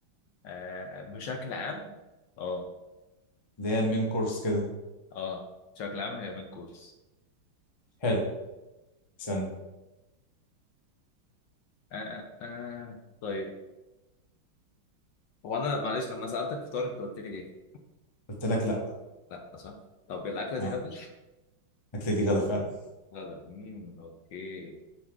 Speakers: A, on the left; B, on the left.
A: آه بشكل عام اه
B: اللي هي المين كورس كده
A: اه بشكل عام هي من كورس
B: حلو استنى
A: آه آه آه. طيب هو انا معلش لما سالتك فطار انت قلت لي ايه
B: قلت لك لأ
A: لا صح طب الاكله
B: اه
A: دي غدا
B: الأكلة دي غدا فعلا
A: غدا امم اوكي